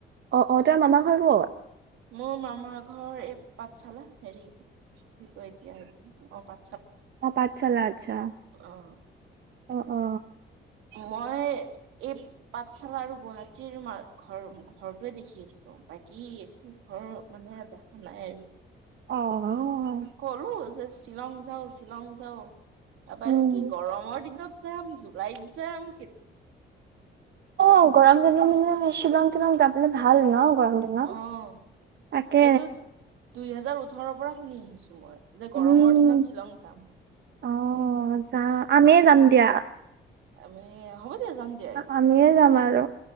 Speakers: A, on the right; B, on the right.
A: অ অ তোমাৰ মামা ঘৰ কত।
B: মোৰ মামাৰ ঘৰ এই পাঠশালা হেৰি কি কয় এতিয়াম অ পা।
A: অ পাঁচশালা আচ্ছা
B: অ
A: অ অ।
B: মই এই পাঠশালা, আৰু গুৱাহাটীৰ, মা ঘৰ ঘৰৰতোৱে দেখি আছিলো বাকী কি একো ঘৰৰ মানুহে দেখা নাই আৰু
A: অ অ।
B: কৰলো যে শ্বিলং যাওঁ শ্বিলং যাওঁ তাৰপৰা
A: উম।
B: কি গৰমৰ দিনত যাম জুলাইত যাম কে-
A: অ গৰম দিনৰ দি আমি শ্বিলং, তিশ্বিলং যাবলৈ ভাল ন গৰম দিনত।
B: অ সেইটো
A: তাকে।
B: দুই হেজাৰ ওঠৰৰ পৰা শুনি আহিছো মই। যে
A: উম
B: গৰমৰ দিনত শ্বিলং চাম।
A: অ যাম আমি এই যাম দিয়া।
B: আমি হ'ব দিয়া যাম দিয়া
A: আমি যাম আৰু।